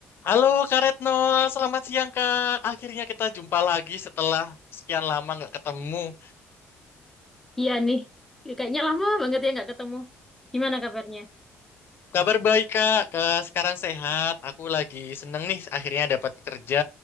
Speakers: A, on the left (about 50°); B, in the centre.
A: Halo Kak Retno, selamat siang Kak. Akhirnya kita jumpa lagi setelah sekian lama nggak ketemu.
B: Iya nih, kayaknya lama banget ya nggak ketemu. Gimana kabarnya?
A: Kabar baik Kak, Ke sekarang sehat. Aku lagi seneng nih akhirnya dapat kerja.